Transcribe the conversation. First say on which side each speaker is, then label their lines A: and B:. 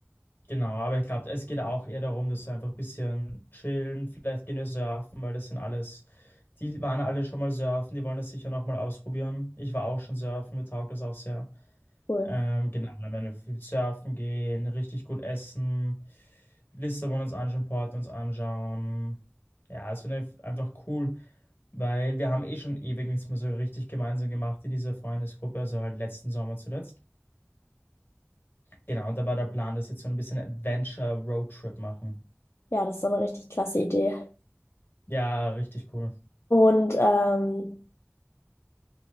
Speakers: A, on the left; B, on the left.
A: Genau, aber ich glaube, es geht auch eher darum, dass wir einfach ein bisschen chillen, vielleicht gehen wir surfen, weil das sind alles, die waren alle schon mal surfen, die wollen das sicher noch mal ausprobieren. Ich war auch schon surfen, mir taugt das auch sehr.
B: Cool.
A: Ähm, genau, dann werden wir viel surfen gehen, richtig gut essen, Lissabon uns anschauen, Porto uns anschauen. Ja, es wird einfach cool, weil wir haben eh schon ewig nichts mehr so richtig gemeinsam gemacht in dieser Freundesgruppe, also halt letzten Sommer zuletzt. Genau, und da war der Plan, dass wir jetzt so ein bisschen Adventure-Roadtrip machen.
B: Ja, das ist doch eine richtig klasse Idee.
A: Ja, richtig cool.
B: Und ähm,